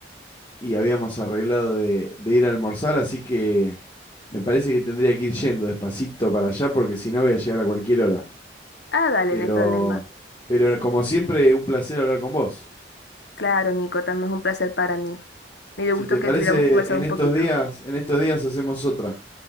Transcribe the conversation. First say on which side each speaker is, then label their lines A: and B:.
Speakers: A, on the left (about 25°); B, on the left (about 75°).
A: y habíamos arreglado de, de ir a almorzar, así que me parece que tendría que ir yendo despacito para allá porque si no voy a llegar a cualquier hora.
B: Ah, dale,
A: Pero,
B: no hay problema.
A: pero como siempre, un placer hablar con vos.
B: Claro, Nico, también es un placer para mí. Me dio
A: Si
B: gusto
A: te parece,
B: que tuviéramos conversado
A: en
B: un
A: estos
B: poquito.
A: días, en estos días hacemos otra.